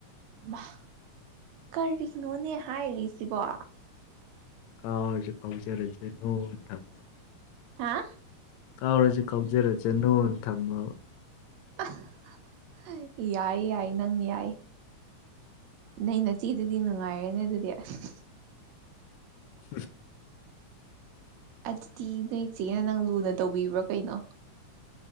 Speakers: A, on the right; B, on the left.
A: ꯃꯍ ꯀꯔꯤ ꯅꯣꯅꯦ ꯍꯥꯏꯔꯤꯁꯤꯕ
B: ꯀꯥꯁꯨ ꯀꯥꯎꯖꯔꯁꯦ ꯅꯣꯡ ꯊꯝꯕ
A: ꯍꯥ
B: ꯀꯥꯎꯔꯁꯤ ꯀꯥꯎꯖꯔꯁꯦ ꯅꯣꯅ ꯊꯝꯃꯕ
A: <unintelligible> ꯌꯥꯏ ꯌꯥꯏ ꯅꯪ ꯌꯥꯏ ꯅꯪ ꯅꯠꯇꯦ ꯑꯗꯨꯗꯤ ꯅꯨꯡꯉꯥꯏꯔꯦꯅꯦ ꯑꯗꯨꯗꯤ ꯑꯁ
B: ꯎ
A: ꯑꯗꯨꯗꯤ ꯅꯣꯏ ꯏꯆꯦꯅ ꯅꯪ ꯂꯨꯅ ꯇꯧꯕꯤꯕ꯭ꯔꯣ ꯀꯩꯅꯣ